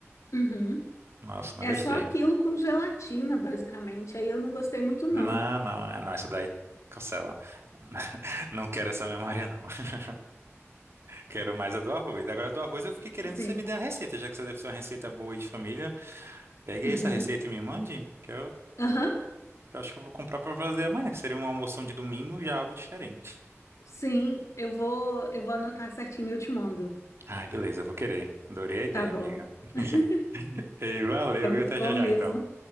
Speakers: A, on the left; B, on the right.
A: Uhum.
B: Nossa, não
A: É
B: gostei.
A: só aquilo com gelatina, basicamente. Aí eu não gostei muito não.
B: Não, não, é não, essa daí cancela. <laughs> Não quero essa memória, não. <laughs> Quero mais a do arroz. Agora, a do arroz, eu fiquei querendo
A: Assim,
B: que você me dê a receita, já que você deve ser uma receita boa aí de família. Pegue
A: Uhum.
B: aí essa receita e me mande, que eu,
A: Aham.
B: que eu acho que eu vou comprar pra fazer amanhã, que seria uma almoção de domingo e já algo diferente.
A: Sim, eu vou, eu vou anotar certinho e eu te mando.
B: Ai, beleza, eu vou querer. Adorei a ideia,
A: Tá bom.
B: amiga.
A: <laughs>
B: <laughs> E valeu,
A: É muito
B: viu? Até
A: bom
B: já já,
A: mesmo.
B: então.